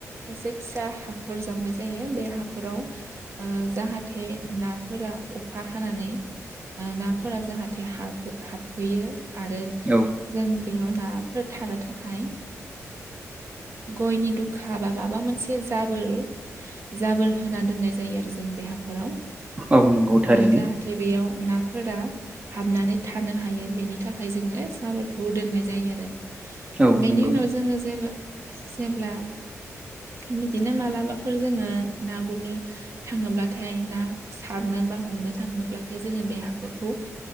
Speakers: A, on the right; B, on the right.
A: एसे फिसा हाखर जावनाय जायो बे हाखराव ओ जाहाथे नाफोरा अखा हानानै नाफोरा जाहाथे हाब हाब फैयो आरो
B: औ
A: जों बेयाव नाफोर थानो थाखाय गयनि दुखा बा माबा मोनसे जाबोर जाबोर होना दोननाय जायो आरो जों बे हा ख'राव
B: औ नंगौ थारैनो
A: ओ जाहाथे बेयाव नाफोरा हाबनानै थानो हायो बेनि थाखाय जोङो सा खौ दोननाय जायो आरो
B: औ
A: बेनि
B: नंगौ
A: उनाव जोङो जे जेब्ला आ बिदिनो मालाबा फोर जोङो ना गुरनो थाङोब्लाथाय ना सारनो बा हमनो थाङोब्लाथाय जोङो बे हाखरखौ